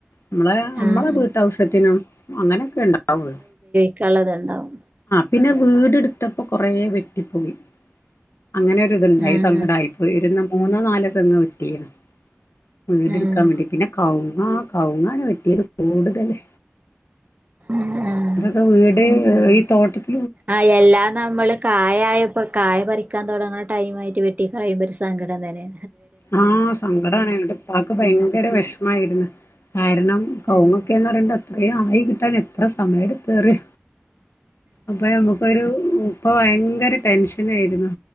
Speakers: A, on the left; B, on the right.
A: നമ്മളെ നമ്മളെ
B: ആഹ്
A: വീട്ടാവ്ശ്യത്തിനും അങ്ങനെയൊക്കെ ഉണ്ടാവൊള്ളൂ
B: ക്കളതൊണ്ടാവും
A: പിന്നെ വീടെടുത്തപ്പോ കൊറെ വെട്ടിപ്പൊയി അങ്ങെനൊരിതുണ്ടായി
B: ആഹ്
A: സങ്കടായിപ്പോയിരുന്നു മൂന്നോ നാലോ തെങ്ങ് വെട്ടീത് വീട്
B: ആഹ്
A: എടുക്കാ വേണ്ടി പിന്നെ കവു ആഹ് കവുങ്ങാന് വെട്ടിയത് കൂടുതല്
B: ആഹ് ആഹ്
A: അതൊക്കെ വീട് <unintelligible> തോട്ടത്
B: ആഹ് എല്ലാം നമ്മള് കായായപ്പോ കായ പറിക്കാൻ തൊടങ്ങ ടൈമായ്ട്ട് വെട്ടി കളയുമ്പൊര് സങ്കടം തന്നേണ്
A: ആഹ് സങ്കടാണ് എന്റെപ്പാക്ക് ഭയങ്കര വെഷ്മായ്ര്ന്ന് കാരണം കൗങ്ങാെക്കെന്ന്
B: ആഹ്
A: പറയ്മ്പം അത്രേ ആയി ക് ട്ടാൻ എത്ര സമയെട്ത്ത് അറ്യോ അപ്പ നമ്ക്കൊരു ഉം പ്പൊ ഭയങ്കര ടെൻഷനേയ്ര്ന്ന്